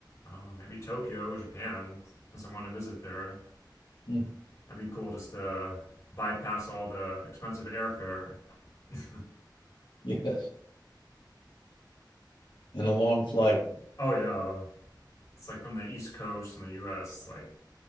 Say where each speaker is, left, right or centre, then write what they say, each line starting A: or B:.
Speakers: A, on the left; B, on the left.
A: I don't know, maybe Tokyo, Japan, since I want to visit there.
B: Hmm. <laughs>
A: That'd be cool just to bypass all the expensive airfare. <laughs>
B: Yes. And a long flight.
A: oh yeah, it's like from the East Coast in the U.S. Like